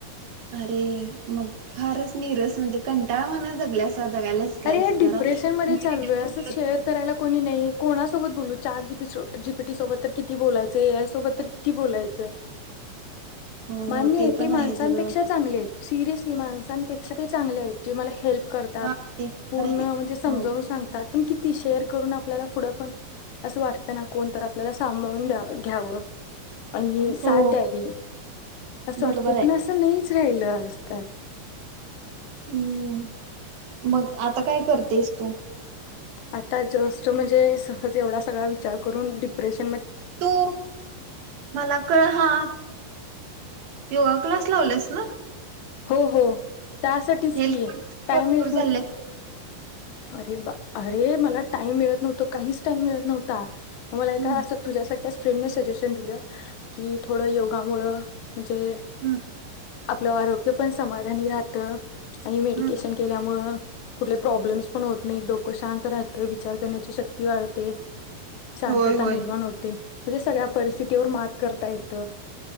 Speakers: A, on the right; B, on the left.
A: अरे मग फारच नीरस म्हणजे कंटाळवा ना जगल्यास. जगायलाच काय
B: अरे
A: असं
B: या डिप्रेशन
A: जरा
B: मध्ये
A: मेडिटेशन
B: चालोय असं
A: कर
B: शेअर करायला कोणी नाही कोणा त बोलू चार जीी जीपीटी सोबत तर किती बोलायचं ए आय सोबत तर किती बोलायचं.
A: हो
B: मान्य
A: हो पण
B: ते माणसपेक्षा
A: आहेच ग
B: चांगले सिरसली माण सन पेक्ष्या ते चांगलेत जे मला हेल्प करतात.
A: हा ते तर
B: पूर्ण
A: आहे
B: म्हणजे समजावून
A: हो
B: सांगतात. पण किती शेअर करून आपल्याला पुढं पण असं वाटतं ना कोणत आपल्याला सांभाळून द्या घ्यावं. आणि
A: हो
B: साथ द्यावी असं
A: बरोबर
B: वाटते
A: आहे
B: पण असं नाहीच. राहिल आजकाल.
A: हम्म मग आता काय करतेस तू.?
B: आता जस्ट म्हणजे सहज एवढा सग विचार करून डप्रेश
A: तू मला कळ हा. योगा क्लास लावलास ना.
B: हो हो. त्यासाठीच
A: हेल्थ
B: की
A: कॉन्शियस
B: टाईम
A: भरपूर
B: येत
A: झाले
B: नव्हत. अरे बा अरे मला टाइम मिळत नव्हत काहीच टाइम मिळत नव्हता. मला
A: हम्म
B: का असं तुझ्यासारख्या फ्रेंडने सजेशन दिलं की थोडं योगामु म्हणजे
A: हम्म
B: आपलं आरोग्य पण समाधानी राहतं आणि मेडिटेशन
A: हम्म
B: केल्यामुळ कुठले प्रॉब्लेमस पण होत नाही डोकं शांत राहत विचार करण्याची शक्ती वाढते. शांतता
A: होय होय
B: निर्माण होते. म्हणजे सगळ्या परिस्थितीवर मात करता येतं.